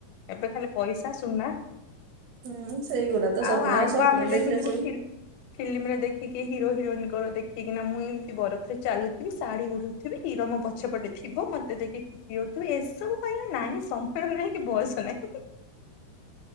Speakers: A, on the left (about 80°); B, on the right (about 80°).
A: ଏବେ ଖାଲି ପଇସା ସୁନା।
B: ହୁଁ ସେଇଗୁଡା ତ ସ୍ୱପ୍ନ
A: ଆଉ ଆଗ
B: ସ୍ୱପ୍ନ
A: ଆମେ ଦେଖୁଥିବୁ
B: ଦେଖିଲେ ସବୁ
A: ଫ ଫିଲ୍ମ ରେ ଦେଖିକି ହିରୋ ହିରୋଇନଙ୍କର ଦେଖିକିନା ମୁଁ ଏମିତି ବରଫରେ ଚାଲୁଥିବି ଶାଢୀ ଗୁରୁ ହିରୋ ମୋ ପଛପଟେ ଥିବ ମୋତେ ଦେଖି ଯେଉଥି ଏସବୁ ପାଇ ନାହିଁ ସମୟ ନାହିଁ କି ବୟସ ନାହିଁ।